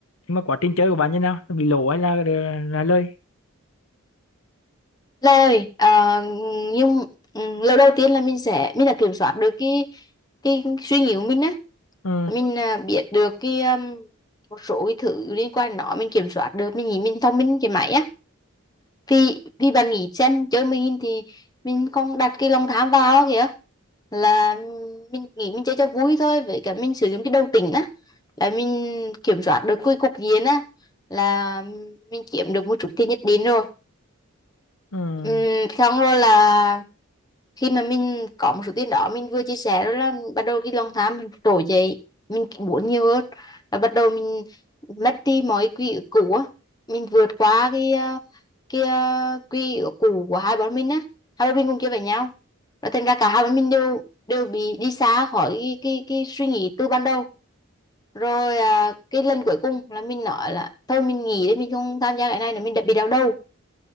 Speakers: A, on the left; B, on the left.
A: nhưng mà quá trình chơi của bạn như nào? Nó Bị lỗ hay là là lơi?
B: lời ờ, nhưng ừ, lời đầu tiên là mình sẽ mình đã kiểm soát được cái cái suy nghĩ của mình á
A: Ừ,
B: mình à, biết được cái um, một số cái thứ liên quan đến nó mình kiểm soát được mình nghĩ mình thông minh cái máy á vì vì bạn nghĩ xem chơi mình thì mình không đặt cái lòng tham vào kìa là mình nghĩ mình chơi cho vui thôi với cả mình sử dụng cái đầu tỉnh á là mình kiểm soát được cái cục diện á là mình kiếm được một chút tiền nhất định rồi
A: ừ.
B: Ừm, xong rồi là khi mà mình có một số tiền đó mình vừa chia sẻ rồi là bắt đầu cái lòng tham mình trỗi dậy mình muốn nhiều hơn và bắt đầu mình mất đi mọi quỹ ước cũ á mình vượt qua cái ờ, cái ờ, quỹ ước cũ của hai bọn mình á hai bọn mình cùng chơi với nhau và thành ra cả hai bọn mình đều đều bị đi xa khỏi cái cái, cái suy nghĩ từ ban đầu rồi à, cái lần cuối cùng là mình nói là thôi mình nghỉ đi mình không tham gia cái này nữa mình đã bị đau đầu